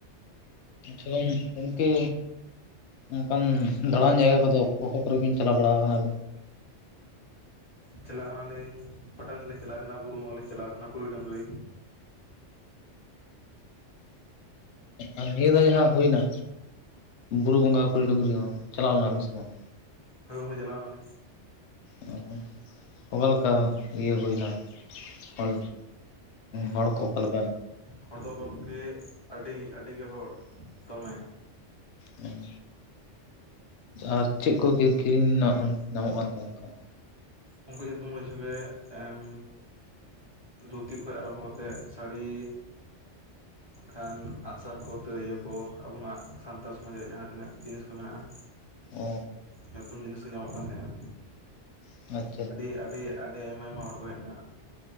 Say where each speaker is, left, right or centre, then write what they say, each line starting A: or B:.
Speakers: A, on the left (about 70°); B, on the left (about 20°).
A: ᱟᱚᱝ ᱜᱚᱢᱠᱮ ᱚᱱᱠᱟᱱ ᱫᱟᱬᱟᱱ ᱡᱟᱭᱜᱟ ᱠᱚᱫᱚ ᱚᱠᱟ ᱠᱚᱨᱮᱵᱤᱱ ᱪᱟᱞᱟᱣ ᱵᱟᱲᱟ ᱟᱠᱟᱱᱟᱵ?
B: ᱪᱟᱞᱟᱣ ᱠᱟᱱᱟᱞᱤᱧ ᱯᱟᱴᱟᱵᱤᱸᱫᱤᱟᱹᱤᱧ ᱪᱟᱞᱟᱣ ᱠᱟᱱᱟ ᱵᱩᱨᱩ ᱵᱚᱸ ᱞᱤᱧ ᱪᱟᱞᱟᱣ ᱠᱟᱱᱟ ᱠᱩᱲᱤ ᱰᱩᱝᱨᱤ
A: ᱟᱨ ᱱᱤᱭᱟᱹ ᱫᱷᱟᱣ ᱡᱟᱦᱟᱸ ᱦᱩᱭᱱᱟ ᱵᱩᱨᱩ ᱵᱚᱸᱜᱟ ᱯᱩᱸᱰ ᱰᱩᱝᱨᱤ ᱦᱚᱸ ᱪᱟᱞᱟᱣ ᱞᱮᱱᱟ ᱵᱮᱱ ᱥᱮ ᱵᱟᱝ
B: ᱦᱚᱭ ᱜᱚᱢᱠᱮ ᱪᱟᱞᱟᱣ ᱣᱮᱱᱟᱞᱤᱧ
A: ᱚ ᱚᱠᱟᱞᱮᱠᱟ ᱤᱭᱟᱹ ᱦᱩᱭᱱᱟ ᱚᱞ ᱦᱚᱲᱠᱚ ᱚᱠᱟ ᱞᱮᱠᱟ
B: ᱦᱚᱲ ᱫᱚ ᱜᱚᱢᱠᱮ ᱟᱹᱰᱤ ᱟᱹᱰᱤ ᱜᱮ ᱦᱚᱲ ᱫᱚᱢᱮ
A: ᱦᱮᱸ ᱟᱨ ᱪᱮᱫ ᱠᱚᱜ ᱠᱤᱨᱤᱧ ᱨᱮᱱᱟᱜ ᱧᱟᱢᱚᱜ ᱠᱟᱱ ᱛᱟᱦᱮᱸ ᱚᱱᱠᱟ?
B: ᱩᱱᱠᱩ ᱡᱚᱛᱚ ᱢᱩᱡᱟᱹᱣ ᱮᱢ ᱫᱷᱩᱛᱤ ᱠᱷᱚᱱ ᱟᱨᱟᱢᱵᱚ ᱠᱟᱛᱮ ᱥᱟᱹᱲᱤ ᱠᱷᱟᱱ ᱟᱜᱼᱥᱟᱨ ᱠᱚ ᱛᱤᱨᱭᱟᱹ ᱠᱚ ᱟᱵᱚᱱᱟᱜ ᱥᱟᱱᱛᱟᱲ ᱥᱚᱢᱟᱡᱽ ᱨᱮᱭᱟᱜ ᱡᱟᱦᱟᱸ ᱛᱤᱱᱟᱹᱜ ᱡᱤᱱᱤᱥ ᱠᱚ ᱢᱮᱱᱟᱜᱼᱟ
A: ᱚ
B: ᱱᱩᱛᱩᱱ ᱡᱤᱱᱤᱥ ᱠᱚ ᱧᱟᱢᱚᱜ ᱠᱟᱱ ᱛᱟᱦᱮᱸᱜᱼᱟ
A: ᱟᱪᱷᱟ
B: ᱟᱹᱰᱤ ᱟᱹᱰᱤ ᱟᱹᱰᱤ ᱟᱭᱢᱟ ᱟᱭᱢᱟ ᱦᱚᱲ ᱠᱚ ᱦᱮᱡ ᱮᱱᱟ